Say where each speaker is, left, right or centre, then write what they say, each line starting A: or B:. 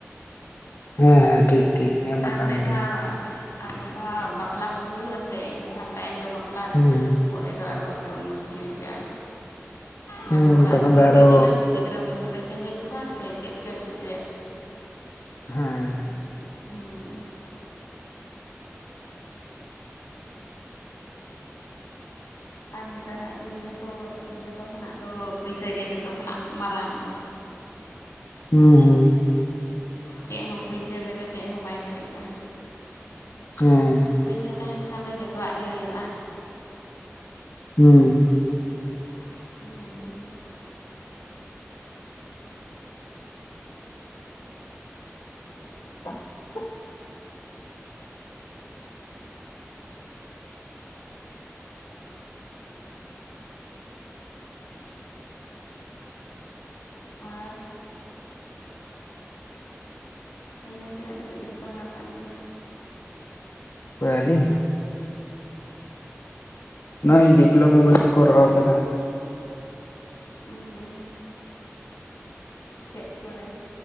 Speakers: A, on the left (about 60°); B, on the left (about 75°).
A: ᱦᱮᱸ ᱦᱮᱸ ᱴᱷᱤᱠ ᱴᱷᱤᱠ ᱦᱮ
B: ᱟᱨ
A: ᱢᱟ ᱠᱟᱱ
B: ᱢᱤᱫ
A: ᱜᱮ
B: ᱫᱷᱟᱣ ᱟᱨ ᱢᱤᱫ ᱫᱷᱟᱣ ᱵᱟᱯᱞᱟ ᱠᱚ ᱦᱩᱭᱩᱜᱼᱟ ᱥᱮ ᱮᱱᱠᱷᱟᱱ ᱛᱟᱭᱚᱢ ᱫᱚ ᱵᱟᱯᱞᱟ
A: ᱦᱩᱸ
B: ᱯᱚᱨᱮ ᱫᱚ ᱟᱨᱚ ᱛᱚ ᱢᱩᱥᱠᱤᱞ ᱜᱮᱭᱟ ᱵᱟᱝᱫᱚ
A: ᱦᱩᱸ
B: ᱚᱲᱟᱜ
A: ᱛᱚᱠᱷᱚᱱ
B: ᱫᱩᱣᱟᱹᱨ
A: ᱫᱚ ᱟᱨᱚ
B: ᱜᱮ ᱧᱮᱞᱟᱢ ᱥᱮ ᱜᱤᱫᱽᱨᱟᱹᱢ ᱛᱚᱵᱮ ᱯᱮ ᱧᱮᱞ ᱠᱚᱣᱟ ᱥᱮ ᱪᱮᱫ ᱜᱮ ᱪᱤᱠᱟᱹᱭᱟ
A: ᱦᱮᱸ
B: ᱦᱩᱸ ᱟᱨ ᱱᱮᱛᱟᱨᱟᱜ ᱫᱤᱱ ᱨᱮᱫᱚ ᱡᱚᱛᱚ ᱠᱷᱚᱱᱟᱜ ᱫᱚ ᱯᱩᱭᱥᱟᱹ ᱜᱮ ᱡᱚᱛᱚ ᱠᱷᱚᱱᱟᱜ ᱢᱟᱨᱟᱝ ᱫᱚ
A: ᱦᱮᱸ ᱦᱮᱸ
B: ᱪᱮᱫ ᱦᱚᱸ ᱯᱩᱭᱥᱟᱹ ᱵᱮᱜᱚᱨ ᱪᱮᱫ ᱦᱚᱸ ᱵᱟᱭ ᱦᱩᱭᱩᱜ-ᱟ
A: ᱦᱮᱸ
B: ᱯᱩᱭᱥᱟᱹ ᱛᱟᱦᱮᱱ ᱠᱷᱟᱱ ᱫᱚ ᱡᱚᱛᱚᱣᱟᱜ ᱜᱮ ᱦᱩᱭᱩᱜ-ᱟ
A: ᱦᱮᱸ
B: <unintelligible>
A: <inaudible>
B: ᱟᱨ ᱤᱱᱟᱹ ᱛᱤᱱᱟᱹᱜ ᱫᱷᱟᱹᱵᱤᱡ ᱵᱤᱱ ᱯᱟᱲᱦᱟᱣ ᱟᱠᱟᱱ ᱜᱮᱭᱟ
A: ᱠᱚᱭ ᱟᱞᱤᱧ ᱱᱚᱜ-ᱚᱭ ᱰᱤᱯᱞᱳᱢᱟ ᱵᱟᱞᱤᱧ ᱠᱚᱨᱟᱣ ᱠᱟᱫᱟ᱾
B: ᱦᱮᱸ ᱪᱮᱫ ᱠᱚᱨᱮ